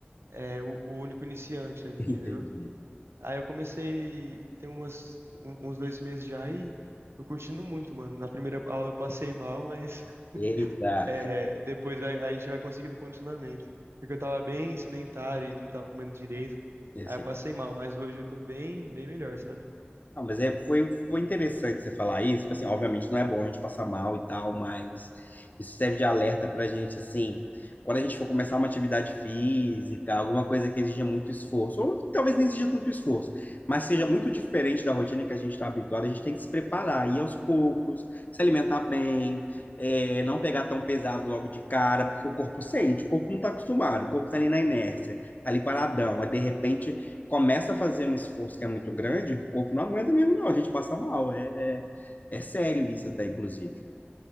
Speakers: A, on the right; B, on the left.
A: é, o, o único iniciante ali,
B: <laughs> Entendi.
A: entendeu? Aí eu comecei, tem umas, um- uns dois meses já e tô curtindo muito, mano. Na primeira aula eu passei mal, mas <laughs>
B: Eita.
A: é, depois a, a gente vai conseguindo condicionamento. Porque eu tava bem sedentário e não tava comendo direito.
B: E assim,
A: Aí eu passei mal, mas hoje eu tô bem, bem melhor, sabe?
B: não, mas é, foi, foi interessante você falar isso, porque, assim, obviamente não é bom a gente passar mal e tal, mas isso serve de alerta pra gente, assim, quando a gente for começar uma atividade física, alguma coisa que exija muito esforço, ou que talvez nem exija tanto esforço, mas seja muito diferente da rotina que a gente está habituado, a gente tem que se preparar, ir aos poucos, se alimentar bem, é, não pegar tão pesado logo de cara, porque o corpo sente, o corpo não está acostumado, o corpo está ali na inércia, está ali paradão, aí de repente começa a fazer um esforço que é muito grande, o corpo não aguenta mesmo, não. A gente passa mal. É, é, é sério isso até, inclusive.